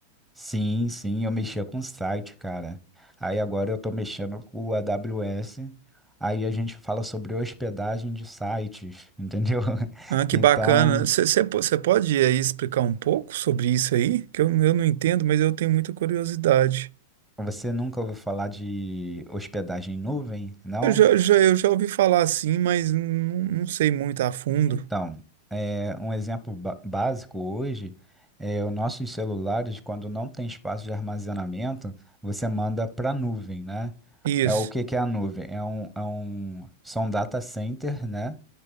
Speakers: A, in the centre; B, on the right.
A: Sim, sim, eu mexia com site, cara. Aí agora eu tô mexendo com o AWS. Aí a gente fala sobre hospedagem de sites, entendeu? <laughs>
B: Ah, que
A: Então,
B: bacana. Você pode aí explicar um pouco sobre isso aí? Que eu, eu não entendo, mas eu tenho muita curiosidade.
A: você nunca ouviu falar de hospedagem em nuvem, não?
B: Eu já, já- eu já ouvi falar assim, mas não, não sei muito a fundo.
A: Então, é, um exemplo ba- básico hoje é os nossos celulares, quando não tem espaço de armazenamento, você manda para a nuvem, né?
B: Isso.
A: É o que que é a nuvem? É um, é um, são data center, né?